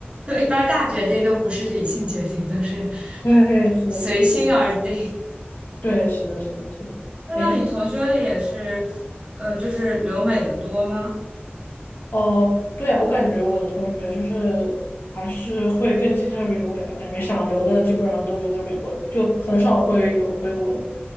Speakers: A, on the right (about 30°); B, on the left (about 65°).
A: 就一般大决定都不是理性决定，都是
B: 对，
A: <laughs>
B: 是的，
A: 随心而定。
B: 是的，对，对，是的，是的，是的。
A: 那那你同学里也是，
B: 哎。
A: 呃，就是留美的多吗？
B: 哦，对啊，我感觉我的同学就是还是会更倾向于留美吧，感觉想留的基本上都留在美国了，就很少会有回国的。